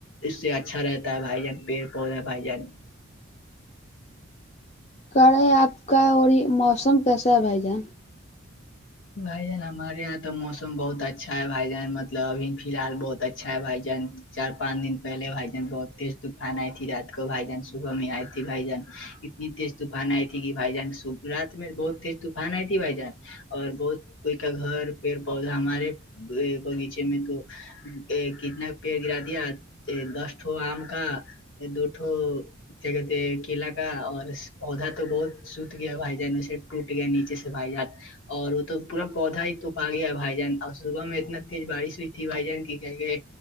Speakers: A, on the left (about 65°); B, on the left (about 30°).
A: اس سے اچھا رہتا ہے بھائی جان پیڑ پودے بھائی جان
B: کرے آپ کا اور یہ موسم کیسا ہے بھائی جان
A: بھائی جان ہمارے یہاں تو موسم بہت اچھا ہے بھائی جان مطلب ابھی فی الحال بہت اچھا ہے بھائی جان چار پانچ دن پہلے بھائی جان بہت تیز طوفان آئی تھی رات کو بھائی جان صبح میں آئی تھی بھائی جان اتنی تیز طوفان آئی تھی کہ بھائی جان صب رات میں بہت تیز طوفان آئی تھی بھائی جان اور بہت کوئی کا گھر پیڑ پودا ہمارے باغیچے میں تو کتناک پیڑ گرا دیا دسٹو آم کا دوٹھو کیا کہتے کیلا کا اور پودا تو بہت ست گیا بھائی جان اسے وٹ کے نچے بائی جار اور وہ تو پورا پودا ہی توپ آ گیا بھائی جان اور صبح میں اتنا تیز بارش ہوئی تھی بھائی جان کی کیا کہ